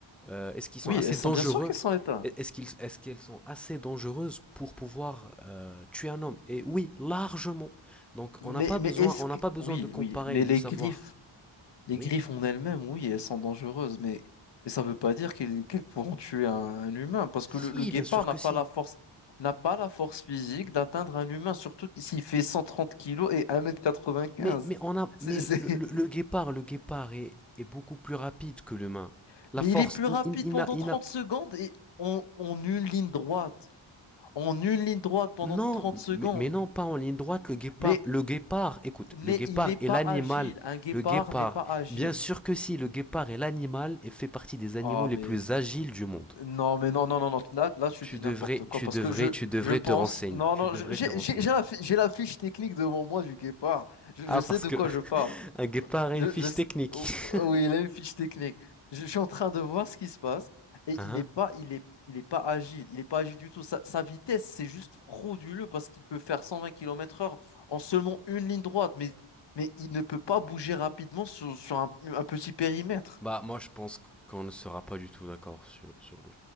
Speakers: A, in the centre; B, on the left.
A: Euh, Est-ce qu'ils sont
B: Oui,
A: assez
B: elles sont
A: dangereux
B: bien sûr qu'elles sont éteintes.
A: Est-ce qu'ils, est-ce qu'elles sont assez dangereuses pour pouvoir euh, tuer un homme Et oui, largement. Donc,
B: Mais,
A: on n'a pas besoin,
B: mais est-ce
A: on
B: que...
A: n'a pas besoin
B: Oui,
A: de comparer
B: oui, mais
A: et de
B: les
A: savoir.
B: griffes, les
A: Oui.
B: griffes en elles-mêmes, oui, elles sont dangereuses, mais et ça ne veut pas dire qu'elles qu'elles pourront tuer un, un humain, parce
A: Si,
B: que le, le guépard
A: bien sûr
B: n'a
A: que
B: pas
A: si.
B: la force, n'a pas la force physique d'atteindre un humain, surtout s'il fait 130 kilos et 1m95.
A: Mais, mais, on a,
B: C'est,
A: mais le,
B: c'est-
A: le- le guépard, le guépard est, est beaucoup plus rapide que l'humain.
B: <laughs>
A: La
B: Mais
A: force,
B: il est plus
A: il,
B: rapide
A: il- il
B: pendant
A: n'a, il
B: 30
A: n'a-
B: secondes et en, en une ligne droite, en une ligne droite pendant
A: non,
B: 30 secondes.
A: mais, mais non, pas en ligne droite, le guépard,
B: Mais
A: le guépard, écoute,
B: il n'est
A: le guépard
B: il n'est pas
A: est l'animal,
B: agile, un guépard
A: le guépard,
B: n'est pas agile.
A: bien sûr que si, le guépard est l'animal et fait partie des animaux
B: Ah,
A: les
B: mais
A: plus agiles du monde.
B: Non, mais non, non, non, non. Là, là, tu
A: Tu
B: dis
A: devrais,
B: n'importe quoi
A: tu
B: parce
A: devrais,
B: que je,
A: tu devrais
B: je pense.
A: te renseigner,
B: Non,
A: tu
B: non,
A: devrais
B: je- j'ai
A: te renseigner.
B: j'ai- j'ai la, fi- j'ai la fiche technique devant moi du guépard. Je,
A: Ah,
B: je sais
A: parce
B: de
A: que
B: quoi
A: <laughs>
B: je parle.
A: un guépard a
B: Je,
A: une fiche
B: je sais-
A: technique.
B: oh, oh,
A: <laughs>
B: oui, il a une fiche technique. Je, je suis en train de voir ce qui se passe et
A: Ah,
B: il
A: hein.
B: est pas, il est, il est pas agile. Il est pas agile du tout. Sa, sa vitesse, c'est juste frauduleux parce qu'il peut faire 120 km heure en seulement une ligne droite. Mais, mais il ne peut pas bouger rapidement sur, sur un, un petit périmètre.
A: Bah, moi, je pense qu'on ne sera pas du tout d'accord sur, sur, le,